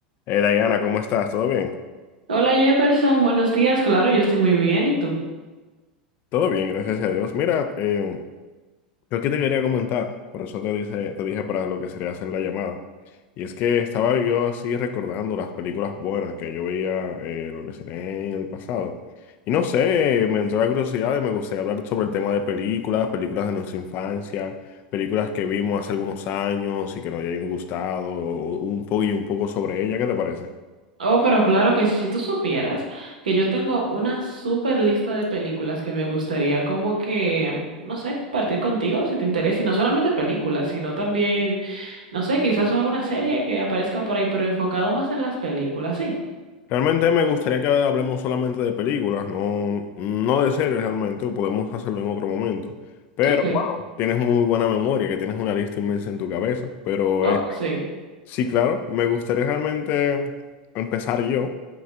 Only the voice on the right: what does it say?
Hola Jefferson, buenos días. Claro, yo estoy muy bien. ¿Y tú?
Oh, pero claro que sí, si tú supieras que yo tengo una super lista de películas que me gustaría como que, no sé, compartir contigo si te interesa. Y no solamente películas, sino también, no sé, quizás alguna serie que aparezca por ahí, pero enfocado más en las películas. Sí,
ok.
Oh,
sí.